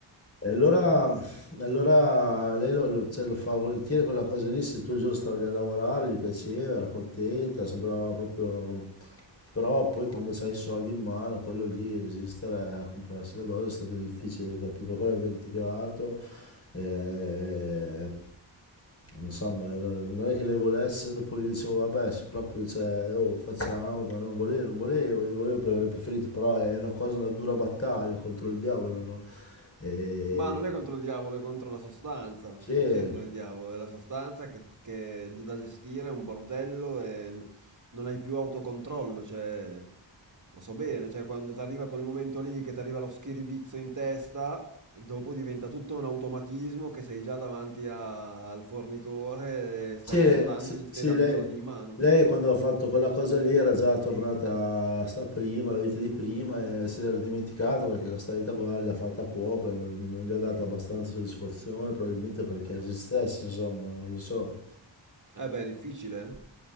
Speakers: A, on the left; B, on the right.
A: E allora, allora lei lo, lo- cioè, lo fa volentieri quella cosa lì, se tutto il giorno stava lì a lavorare, gli piaceva, era contenta, sembrava proprio... Però poi quando c'hai i soldi in mano, quello lì, resistere a comprarsi la dose è stato difficile, capito? Per quello abbiamo litigato, eh, Insomma, non non è che lei volesse, dopo gli dicevo, vabbè, se proprio, cioè, oh, facciamo, ma non volevo, non volevo, io volevo, pre- avrei preferito, però è una cosa, una dura battaglia contro il diavolo, no? E...
B: Ma non è contro il diavolo, è contro la sostanza.
A: Sì,
B: Non c'entra il diavolo, è la sostanza che, che è da gestire, è un bordello e n- non hai più autocontrollo. Cioè, lo so bene, cioè, quando ti arriva quel momento lì che ti arriva lo schiribizzo in testa, dopo diventa tutto un automatismo che sei già davanti a- al fornitore,
A: sì,
B: stai comprando,
A: sì,
B: gli stai
A: sì,
B: dando
A: lei,
B: i soldi in mano.
A: lei quando ha fatto quella cosa lì era già tornata a sta prima, la vita di prima, e se l'era dimenticata perché questa vita qua l'ha fatta poco, e non, non gli ha dato abbastanza soddisfazione, probabilmente perché esistesse, insomma, non lo so.
B: Eh beh, è difficile, eh?